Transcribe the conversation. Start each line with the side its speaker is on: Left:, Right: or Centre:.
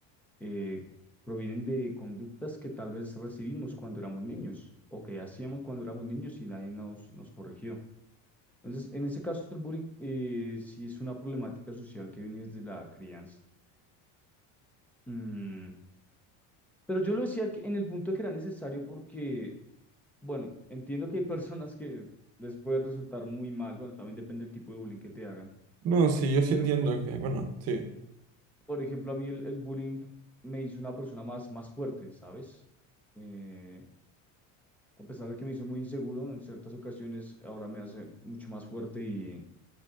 Centre: eh, provienen de conductas que tal vez recibimos cuando éramos niños o que hacíamos cuando éramos niños y nadie nos, nos corrigió. Entonces, en ese caso, el bullying eh, sí es una problemática social que viene desde la crianza. Mm, pero yo lo decía que- en el punto de que era necesario porque Bueno, entiendo que hay personas que les puede resultar muy mal, bueno, también depende del tipo de bullying que te hagan,
Right: No, sí, yo sí
Centre: pero
Right: entiendo que, bueno, sí.
Centre: por ejemplo a mí el, el bullying me hizo una persona más, más fuerte, ¿sabes? Eh, a pesar de que me hizo muy inseguro, en ciertas ocasiones ahora me hace mucho más fuerte y,